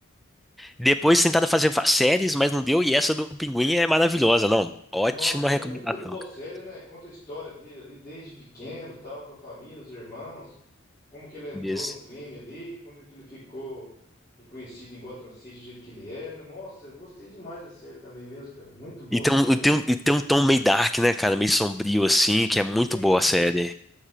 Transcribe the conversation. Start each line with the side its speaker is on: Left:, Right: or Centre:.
Centre: Depois tentaram fazer fa- séries, mas não deu. E essa do Pinguim é maravilhosa, não. Ótima
Left: Nossa,
Centre: recomendação,
Left: é muito boa a
Centre: cara.
Left: série, né? Conta a história dele ali desde pequeno, tal, com a família, os irmãos, como que ele entrou
Centre: Isso.
Left: no crime ali, quando que ele ficou reconhecido em Gotham City do jeito que ele é, né? Nossa, eu gostei demais da série também mesmo, cara. Muito boa
Centre: E tem
Left: a série,
Centre: um, e
Left: né?
Centre: tem um, e tem um tom meio dark, né, cara? Meio sombrio, assim, que é muito
Left: Sim.
Centre: boa a série.